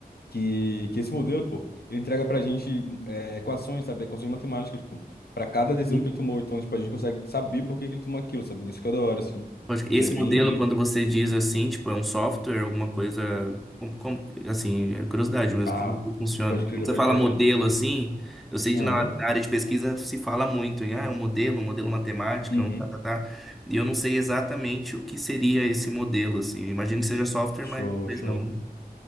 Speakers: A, on the left (about 75°); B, in the centre.
A: Que, que esse modelo, pô, ele entrega pra gente eh, equações, sabe? Equações matemáticas, pô, pra cada decisão
B: Sim.
A: que ele tomou. Então, tipo, a gente consegue saber por que que ele tomou aquilo, sabe? Isso que é da hora, assim.
B: Acho que
A: Ele
B: Esse
A: é bem.
B: modelo, quando você diz assim, tipo, é um software, alguma coisa, como, como- assim, é curiosidade mesmo,
A: Ah,
B: como que funciona?
A: pode crer,
B: Quando você
A: pode
B: fala
A: crer.
B: modelo, assim, eu sei
A: Aham.
B: que na na área de pesquisa se fala muito em, ah, é um modelo, um modelo matemático,
A: Uhum.
B: um tá, tá, tá. E eu não sei exatamente o que seria esse modelo, assim. Eu imagino que seja software,
A: Show,
B: mas talvez
A: show.
B: não, né?